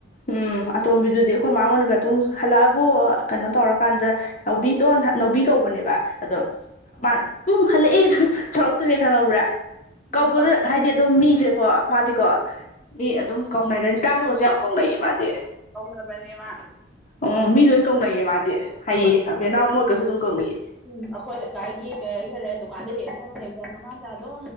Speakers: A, on the left; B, in the centre.
A: ꯎꯝ ꯑꯇꯣꯝꯕꯤꯗꯨꯗꯤ ꯑꯩꯈꯣꯏ ꯃ‌ꯣꯏꯅꯒ ꯑꯗꯨꯝ ꯍꯜꯂꯛꯑꯕꯣ ꯀꯩꯅꯣ ꯇꯧꯔꯀꯥꯟꯗ ꯅꯥꯎꯕꯤꯇꯣꯟ ꯅꯥꯎꯕꯤ ꯀꯧꯕꯅꯦꯕ ꯑꯗꯨꯝ
B: ꯎꯝ
A: ꯃꯥꯅ ꯎꯝ ꯍꯜꯂꯛꯑꯦ ꯇꯧꯔꯛꯇꯨꯏꯅꯦ ꯈꯪꯉꯕ꯭ꯔꯥ ꯀꯧꯕꯗ
B: ꯎꯝ
A: ꯍꯥꯏꯗꯤ ꯑꯗꯨꯝ ꯃꯤꯁꯦꯀꯣ ꯃꯥꯗꯤꯀꯣ ꯃꯤ ꯑꯗꯨꯝ ꯀꯧꯅꯩ ꯔꯅꯤꯇꯥ ꯃ‌ꯣꯏꯒꯁꯨ ꯌꯥꯝ ꯀꯧꯅꯩꯌꯦ ꯃꯥꯗꯤ
B: ꯀꯧꯅꯕꯅꯦ ꯃꯥ
A: ꯎꯝ ꯃꯤ ꯂꯣꯏ ꯀꯧꯅꯩꯌꯦ ꯃꯥꯗꯤ ꯍꯩꯌꯦ
B: ꯑꯩꯈꯣꯏ ꯂꯩꯀꯥꯏꯒꯤ
A: ꯑꯕꯦꯟꯅꯥꯎ ꯃꯣꯏꯒꯁꯨ ꯑꯗꯨꯝ ꯀꯧꯅꯩꯌ‌ꯦ
B: ꯎꯝ ꯑꯩꯈꯣꯏ ꯂꯩꯀꯥꯏꯒꯤ ꯀꯩ ꯍꯥꯏꯈꯔꯦ ꯗꯨꯀꯥꯟꯗ ꯍ‌ꯦꯛꯍ‌ꯦꯛ ꯐꯝꯃ ꯂꯩꯕ ꯃꯃꯥ ꯃꯆꯥꯗꯣ